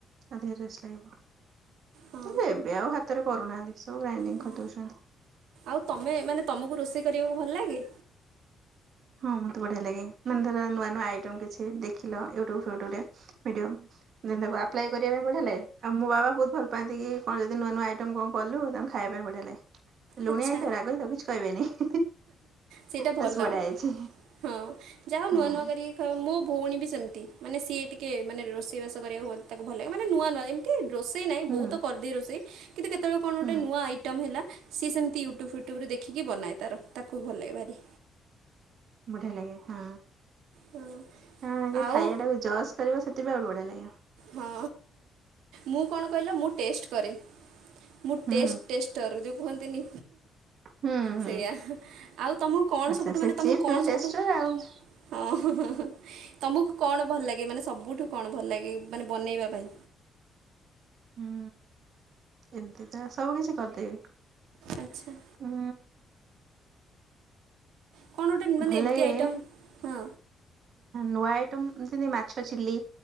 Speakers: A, on the right (about 65°); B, on the right (about 85°).
A: ଅଧିକ ଟେଷ୍ଟ୍ ଲାଗିବ
B: ହଁ
A: କିନ୍ତୁ ଏବେ ଆଉ ହାତରେ କରୁନାହାନ୍ତି ସବୁ ଗ୍ରାଇଣ୍ଡିଙ୍ଗ
B: ହଁ
A: କରି।
B: ଆଉ ତମେ ମାନେ ତମକୁ ରୋଷେଇ କରିବାକୁ ଭଲ ଲାଗେ?
A: ହଁ ମତେ ବଢିଆ ଲାଗେ ମାନେ ଧର ନୂଆ ନୂଆ ଆଇଟମ କିଛି ଦେଖିଲ ୟୁଟୁବ ଫିୟୁଟୁବରେ ଭିଡିଅ। ଯେ ତାଙ୍କୁ ଆପ୍ଲାଏ କରିବା ପାଇଁ ବଢ଼ିଆଲାଗେ ଆଉ ମୋ ବାବା ବହୁତ ଭଲ ପାଆନ୍ତି କି କଣ ଯଦି ନୂଆ ନୂଆ ଆଇଟମ କଣ କଲୁ ତାଙ୍କୁ। ଖାଇବା ପାଇଁ ବଢ଼ିଆ ଲାଗେ ଲୁଣିଆ
B: ଆଚ୍ଛା
A: ହେଇଥିବ ରାଗହେଉଥାଉ କିଛି କହିବେନି।
B: ସେଇଟା
A: ବାସ୍
B: ଭଲ
A: ବଢିଆ ହେଇଛି
B: ହଁ ଯାହଉ
A: ହଁ
B: ନୂଆ ନୂଆ କରି ମୋ ଭଉଣୀ ବି ସେମିତି ମାନେ ସିଏ ଟିକେ ମାନେ ରୋଷେଇ ବାଷ କରିବାକୁ ତାକୁ ଭଲ ଲାଗେ ମାନେ ନୂଆ ନୂଆ। ରୋଷେଇ ନାଇଁ
A: ହୁଁ।
B: ବହୁତ କରିଦେଇ ରୋଷେଇ କିନ୍ତୁ କେତେବେଳେ କଣ
A: ହୁଁ
B: ଗୋଟେ ନୂଆ ଆଇଟମ ହେଲା। ସିଏ ସେମତି ୟୁଟ୍ୟୁବ୍ ଫୁଟ୍ୟୁବରେ ଦେଖିକି ବନାଏ ତାର ତାକୁ ଭଲ ଲାଗେ ଭାରି।
A: ବଢିଆ ଲାଗେ ହଁ
B: ହଁ
A: ଆ
B: ଆଉ
A: ଖାଇବା ଟାକୁ ଜସ୍ କରିବ ସେଥିପାଇଁ ଆହୁରି ବଢିଆ ଲାଗିବ।
B: ହଁ ମୁଁ କଣ କହିଲ ମୁଁ ଟେଷ୍ଟ କରେ। ମୁଁ
A: ହୁଁ
B: ଟେଷ୍ଟ ଟେଷ୍ଟର ଯଉ କୁହନ୍ତିନି।
A: ହୁଁ ହୁଁ।
B: ସେଇୟା ଆଉ ତମକୁ କଣ
A: ଆଚ୍ଛା
B: ସବୁଠୁ
A: ସେ
B: ମାନେ ତମକୁ
A: ଚିପ୍ସ
B: କଣ
A: ତମେ ଟେଷ୍ଟର
B: ସବୁଠୁ।
A: ଆଉ ହୁଁ।
B: ହଁ ତମକୁ କଣ ଭଲ ଲାଗେ ମାନେ ସବୁଠୁ କଣ ଭଲ ଲାଗେ ମାନେ ବନେଇବା ପାଇଁ?
A: ହୁଁ ଏମିତି ତ ସବୁ କିଛି କରିଦେବି।
B: ଆଚ୍ଛା।
A: ହୁଁ।
B: କଣ ଗୋଟେ ମାନେ
A: ଭଲ
B: ଏମିତି
A: ଲାଗେ
B: ଆଇଟମ୍ ହଁ
A: ନୂଆ ଆଇଟମ୍ ଯେମତି ମାଛ ଚିଲ୍ଲି